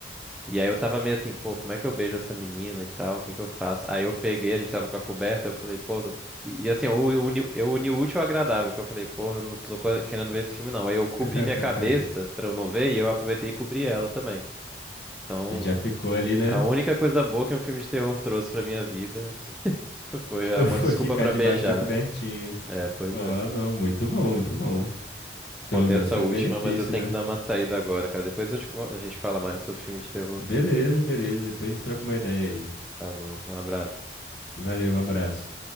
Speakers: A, in the centre; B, on the left.
A: E aí eu tava meio assim, pô, como é que eu beijo essa menina e tal? O que que eu faço? Aí eu peguei, a gente tava com a coberta, eu falei, pô. não- E e assim, eu uni, eu uni o útil ao agradável, que eu falei, pô, não tô co- querendo ver esse filme, não. Aí eu cobri
B: <laughs>
A: minha cabeça pra eu não ver e eu aproveitei e cobri ela também. Então.
B: Já ficou ali, né?
A: A única
B: <laughs>
A: coisa boa que um filme de terror trouxe pra minha vida <laughs> foi
B: Foi
A: ah, uma
B: foi
A: desculpa
B: ficar
A: pra
B: debaixo
A: beijar.
B: da cobertinha.
A: É, pois
B: Ó,
A: é.
B: não, muito bom, muito bom. Pelo
A: Contei
B: menos
A: essa
B: foi
A: última,
B: um benefício,
A: mas eu tenho
B: né?
A: que dar uma saída agora, cara. Depois eu te con- a gente fala mais sobre filme de terror.
B: Beleza, beleza. Depois a gente troca uma ideia aí.
A: Falou, um abraço.
B: Valeu, abraço.